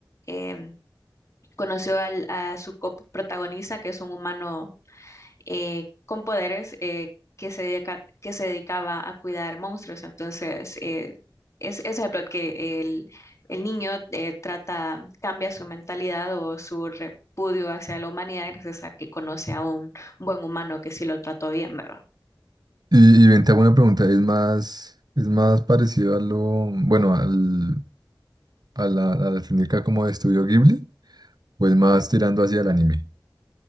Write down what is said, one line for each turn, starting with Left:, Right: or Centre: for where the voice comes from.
Left: em, conoció al- a su coprotagonista, que es un humano eh, con poderes eh, que se dedica- que se dedicaba a cuidar monstruos. Entonces, eh, es, es el plot que el, el niño eh, trata, cambia su mentalidad o su repudio hacia la humanidad gracias a que conoce a un buen humano que sí lo trató bien, ¿verdad?
Right: Y, y ven, te hago una pregunta. ¿Es más, es más parecido a lo, bueno, al, a la, a la técnica como de Estudio Ghibli? ¿O es más tirando hacia el anime?